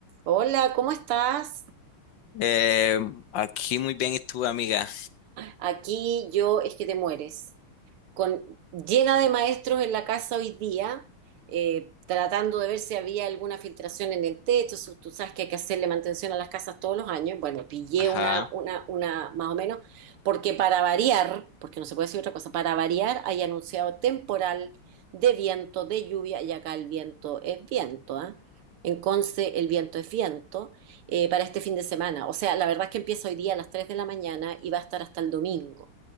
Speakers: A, on the right; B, on the left.
A: Hola, ¿cómo estás?
B: Eh, aquí muy bien, ¿y tú, amiga?
A: Aquí yo es que te mueres. con, llena de maestros en la casa hoy día, eh, tratando de ver si había alguna filtración en el techo. si Tú sabes que hay que hacerle mantención a las casas todos los años. Bueno, pillé
B: Ajá.
A: una, una, una más o menos, porque para variar, porque no se puede decir otra cosa, para variar hay anunciado temporal de viento, de lluvia, y acá el viento es viento, ¿ah? En Conce el viento es viento eh, para este fin de semana. O sea, la verdad es que empieza hoy día a las 3 de la mañana y va a estar hasta el domingo.